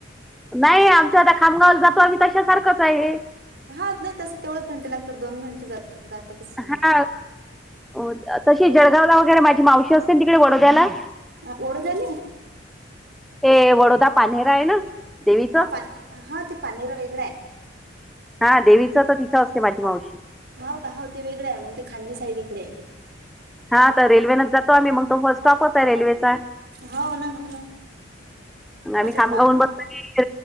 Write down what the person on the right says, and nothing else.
हा नाही तस तेवढंच घंटे लागतात दोन घंटे जातात जात जातातच समजा
अ वडोद्याले
हा फात हा ते पानहेरा वेगळं आहे.
हाव का हो ते वेगळं आहे मग ते खांडवी साईड इकडे आहे ते.
हो ना हो ना
आता
मा